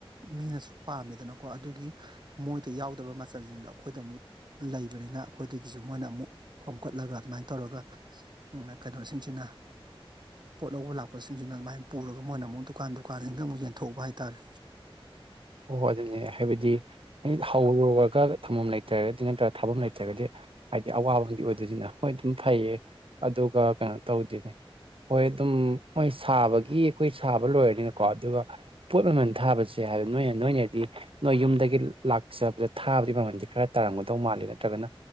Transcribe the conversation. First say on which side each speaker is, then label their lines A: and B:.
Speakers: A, on the right (about 50°); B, on the right (about 65°).
A: ꯃꯤꯅꯁꯨ ꯄꯥꯝꯃꯦꯗꯅꯀꯣ ꯑꯗꯨꯒꯤ ꯃꯣꯏꯗ ꯌꯥꯎꯗꯕ ꯃꯆꯜꯁꯤꯡꯗꯣ ꯑꯩꯈꯣꯏꯗ ꯑꯃꯨꯛ ꯂꯩꯕꯅꯤꯅ ꯑꯩꯈꯣꯏꯗꯒꯤꯁꯨ ꯃꯣꯏꯅ ꯑꯃꯨꯛ ꯈꯣꯝꯀꯠꯂꯒ ꯑꯗꯨꯃꯥꯏꯅ ꯇꯧꯔꯒ ꯀꯩꯅꯣꯁꯤꯡꯁꯤꯅ ꯄꯣꯠ ꯂꯧꯕ ꯂꯥꯛꯄꯁꯤꯡꯁꯤꯅ ꯑꯗꯨꯃꯥꯏꯅ ꯄꯨꯔꯒ ꯃꯣꯏꯅ ꯑꯃꯨꯛ ꯗꯨꯀꯥꯟ ꯗꯨꯀꯥꯟꯁꯤꯡꯁꯤꯗ ꯑꯃꯨꯛ ꯌꯦꯟꯊꯣꯛꯎ ꯍꯥꯏꯇꯥꯔꯦ
B: ꯑꯣ ꯑꯗꯨꯅꯦ ꯍꯥꯏꯕꯗꯤ ꯑꯩ ꯍꯧꯔꯨꯔꯒ ꯊꯝꯐꯝ ꯂꯩꯇꯔꯒꯗꯤ ꯅꯠꯇ꯭ꯔꯒ ꯊꯥꯐꯝ ꯂꯩꯇ꯭ꯔꯒꯗꯤ ꯍꯥꯏꯗꯤ ꯑꯋꯥꯕꯗꯤ ꯑꯣꯏꯗꯣꯏꯅꯤꯅ ꯍꯣꯏ ꯑꯗꯨꯝ ꯐꯩꯌꯦ ꯑꯗꯨꯒ ꯀꯩꯅꯣ ꯇꯧꯗꯣꯏꯅꯦ ꯍꯣꯏ ꯑꯗꯨꯝ ꯃꯣꯏ ꯁꯥꯕꯒꯤ ꯑꯩꯈꯣꯏ ꯁꯥꯕ ꯂꯣꯏꯔꯅꯤꯅꯀꯣ ꯑꯗꯨꯒ ꯄꯣꯠ ꯃꯃꯜ ꯊꯥꯕꯁꯦ ꯍꯥꯏꯕ ꯅꯣꯏꯅ ꯅꯣꯏꯅꯗꯤ ꯅꯣꯏ ꯌꯨꯝꯗꯒꯤ ꯂꯥꯛꯆꯕꯗ ꯊꯥꯕꯗꯤ ꯃꯃꯟꯗꯤ ꯈꯔ ꯇꯥꯔꯝꯒꯗꯧ ꯃꯥꯜꯂꯦ ꯅꯠꯇ꯭ꯔꯒꯅ